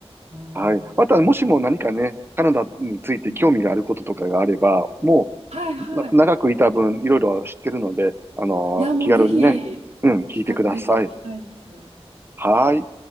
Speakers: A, on the right (about 80°); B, on the right (about 20°).
A: ん
B: はい。また、もしも何かね、カナダについて興味があることとかがあれば、
A: うん
B: も
A: はいはい。
B: う、な長くいた分、いろいろ知ってるので、あのー気軽にね、
A: いや、もうぜひ、
B: うん、聞いてください。
A: 聞かせていただきたいです。
B: はい。